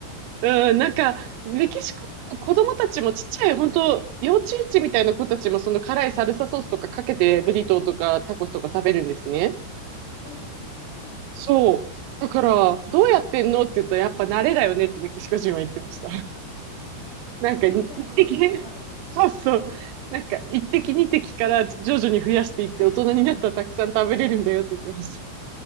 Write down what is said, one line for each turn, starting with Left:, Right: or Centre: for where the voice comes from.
Right: うん、なんか、メキシコ、子供たちもちっちゃい、本当幼稚園児みたいな子たちもその辛いサルサソースとかかけてブリトーとかタコスとか食べるんですね。
Left: うん、すごいですね。
Right: そう。だから、
Left: やっぱ、
Right: どうやってんのって言ったら、やっぱ慣れだよねってメキシコ人は言ってました。<laughs> なんか、
Left: じゃあ小さい頃から食べてるんですね。
Right: 一滴、<laughs> そうそう。なんか、一滴二滴から徐々に増やしていって、
Left: <laughs>
Right: 大人になったらたくさん食べれるんだよって言ってました。